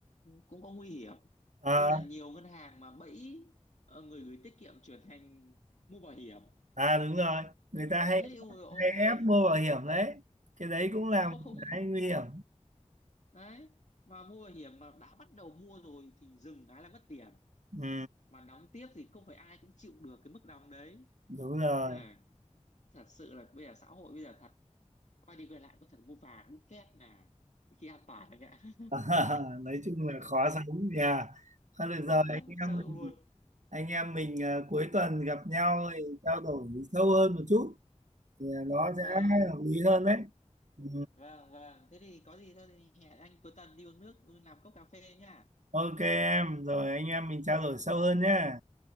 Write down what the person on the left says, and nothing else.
cũng có nguy hiểm
như là nhiều ngân hàng mà bẫy ờ, người gửi tiết kiệm chuyển thành mua bảo hiểm
đấy
ôi ôi
nếu
mà không
đấy mà mua bảo hiểm mà đã bắt đầu mua rồi thì dừng cái là mất tiền
mà đóng tiếp thì không phải ai cũng chịu được cái mức đóng đấy
nên là thật sự là bây giờ xã hội bây giờ thật quay đi quay lại có thật mua vàng đúc két là khi an toàn là ngã
<laughs>
có
thật sự
luôn
vâng
vâng vâng thế thì có gì thôi thì hẹn anh cuối tuần đi uống nước đi làm cốc cà phê nha